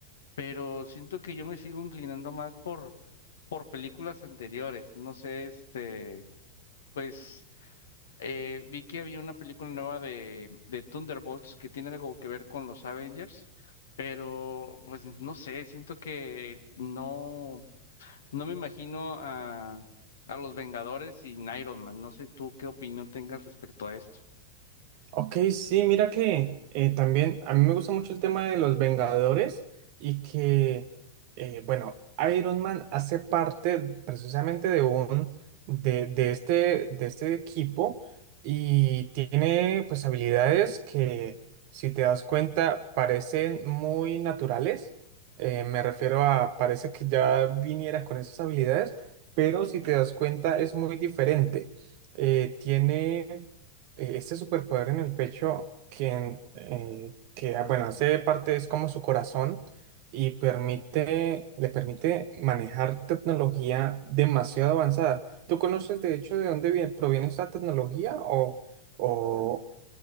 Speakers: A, on the left; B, on the right.
A: pero siento que yo me sigo inclinando más por, por películas anteriores. No sé, este, pues eh, vi que había una película nueva de, de Thunderbolts que tiene algo que ver con los Avengers, pero pues no sé, siento que no, no me imagino a, a los Vengadores sin Iron Man. No sé tú qué opinión tengas respecto a esto.
B: Ok, sí, mira que eh, también a mí me gusta mucho el tema de los Vengadores y que, eh, bueno, Iron Man hace parte precisamente de un, de, de este, de este equipo y tiene pues habilidades que, si te das cuenta, parecen muy naturales. Eh, me refiero a, parece que ya viniera con esas habilidades, pero si te das cuenta es muy diferente. Eh, tiene eh, este superpoder en el pecho que, en- eh, que ah, bueno, hace parte, es como su corazón y permite, le permite manejar tecnología demasiado avanzada. ¿Tú conoces de hecho de dónde viene, proviene esta tecnología o, o,